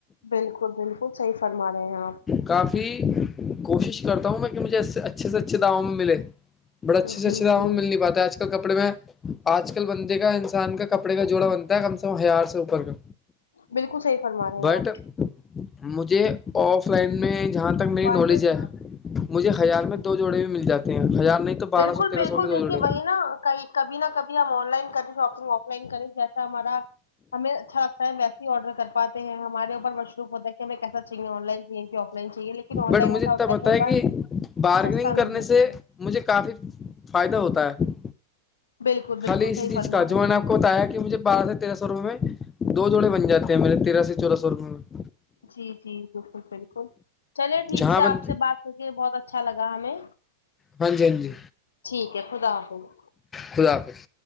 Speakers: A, on the left; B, on the left.
A: بالکل بالکل صحیح فرما رہے ہیں آپ
B: کافی کوشش کرتا ہوں میں کہ مجھے اس سے اچھے سے اچھے دعووں میں ملے بڑے اچھے سےچھا
A: جی جی
B: مل نہیں پات ہے آ ل کپڑے میں آج کل بندے کا انسان کا کپڑے کا جوڑا بنتا ہے کم سے کم ہزار سے اوپر کا
A: بالکل صحیح فرما رہے
B: بٹ
A: ہیں آپ
B: مجھے آف لائن میں جہاں تک میری
A: باننا
B: نالج
A: چاہیے
B: ہے
A: آپ
B: مجھے ہزار
A: جی
B: میں دو جوڑے بھی مل جاتے ہیں ہزار نہیں تو بارہ
A: بالکل
B: سو تیرہ
A: بالکل
B: سو میں دو
A: دیکھیے
B: جوڑے
A: وہی نا کئی کبھی نہ کبھی ہم آن لائن کریں شاپنگ آف لائن کریں جیسا ہمارا ہمیں اچھا لگتا ہے ویسے آڈراتے ہیں ہمارے اوپر مشرو ہوتا ہے کہ ہمیں کیسااہےنائناہے کہ آ نہیں چاہیے لیکن آن
B: بٹ
A: لائن
B: مجھے
A: ایسا
B: اتنا
A: ہوتا
B: پتا
A: کئی
B: ہے کہ
A: بار
B: بارگننگ
A: سستا
B: کرنے
A: مل جاتا
B: سے
A: ہے
B: مجھے کافی فائدہ ہوتا ہے
A: بالکل
B: خالی
A: بالکل
B: اسی
A: صحیح
B: چیز
A: فرما
B: کا جو
A: رہے
B: میں
A: ہیں
B: نے آپ کو بتایا کہ مجھے بارہ سے تیرہ روپ میں دو جوڑے بن جاتے ہیں میرے تیرہ سے چولہہ سو روپے میں
A: جی جی بالکل بالکل چلے ٹھیک
B: جہاں
A: سے
B: بن
A: آپ سے بات کر کے بہت اچھا لگا ہمیں
B: ہاں جی ہاں جی
A: ٹھیک ہے خدا حافظ
B: خدا حافظ